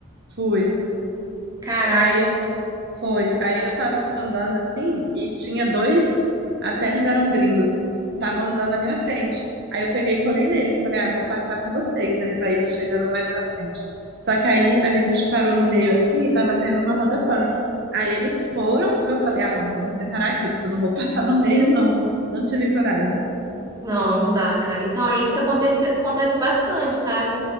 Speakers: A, on the right; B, on the right.
A: fui.
B: Caraca.
A: Aí Foi. Aí eu tava andando assim e tinha dois, até eles eram gringos, estavam andando na minha frente. Aí eu peguei e colei neles, falei, ah, vou passar com vocês, né, pra ir chegando mais pra frente. Só que aí a gente parou no meio assim e tava tendo uma roda punk. Aí eles foram, eu falei, ah, não, vou me separar aqui, porque eu não vou <laughs> passar no meio, não. Não tive coragem.
B: Não, não dá, cara. Então é isso que acontece, acontece bastante, sabe?